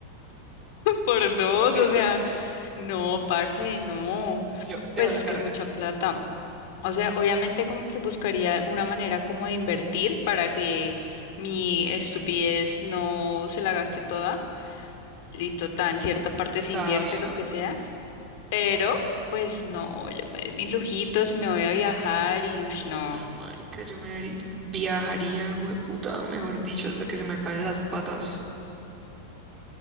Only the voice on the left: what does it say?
por dos.
O sea, no, parce, no.
Pues
es
que es mucha plata. O sea, obviamente como que buscaría una manera como de invertir para que mi estupidez
no se la gaste toda. Listo, tan cierta parte
se invierte lo que sea, pero pues no, yo me doy mis lujitos y me voy a viajar y ush,
no.